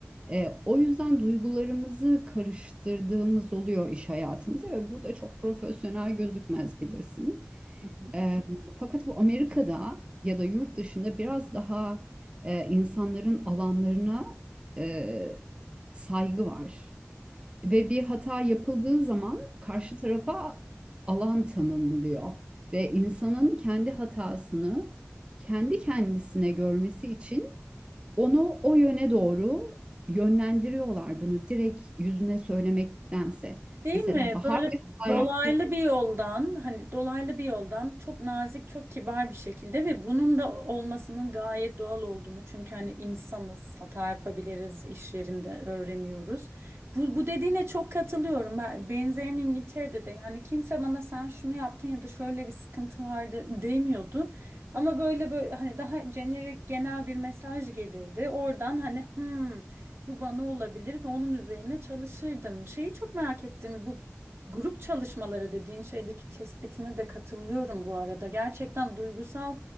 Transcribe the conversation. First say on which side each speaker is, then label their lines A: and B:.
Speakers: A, on the right; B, on the right.
A: E, o yüzden duygularımızı karıştırdığımız oluyor iş hayatımıza ve bu da çok profesyonel gözükmez bilirsin.
B: Hı hı.
A: E, fakat bu Amerika'da ya da yurt dışında biraz daha e, insanların alanlarına e, saygı var. Ve bir hata yapıldığı zaman karşı tarafa alan tanınılıyor. Ve insanın kendi hatasını kendi kendisine görmesi için onu o yöne doğru yönlendiriyorlar bunu direkt yüzüne söylemektense.
B: Değil
A: Mesela
B: mi?
A: Bahar
B: Böyle
A: bir hata
B: dolaylı
A: yaptı.
B: bir yoldan, hani dolaylı bir yoldan çok nazik, çok kibar bir şekilde ve bunun da olmasının gayet doğal olduğunu. Çünkü hani insanız, hata yapabiliriz, iş yerinde öğreniyoruz. Bu, bu dediğine çok katılıyorum. Ben, benzerini İngiltere'de de yani kimse bana sen şunu yaptın ya da şöyle bir sıkıntı vardı demiyordu. Ama böyle böyle hani daha jenerik genel bir mesaj gelirdi. Oradan hani "Hmm, bu bana olabilir ve onun üzerine çalışırdım. Şeyi çok merak ettim. Bu grup çalışmaları dediğin şeydeki tespitine de katılıyorum bu arada. Gerçekten duygusal